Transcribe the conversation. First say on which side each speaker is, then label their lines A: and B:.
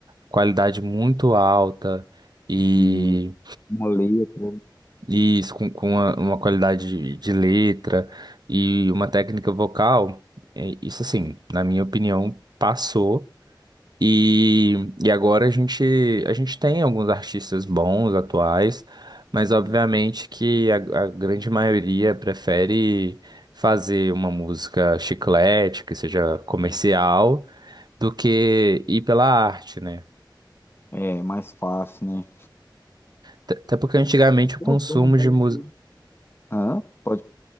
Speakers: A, on the right; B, on the left.
A: qualidade muito alta e
B: E uma letra
A: isso, com, com uma, uma qualidade de, de letra e uma técnica vocal, é, isso assim, na minha opinião, passou. E, e agora a gente, a gente tem alguns artistas bons, atuais, mas obviamente que a, a grande maioria prefere fazer uma música chiclete, que seja comercial,
B: assim,
A: do que ir pela arte, né?
B: é mais fácil, né?
A: Até até porque antigamente o
B: Tem
A: consumo
B: o Dom também,
A: de música.
B: Hã? pode.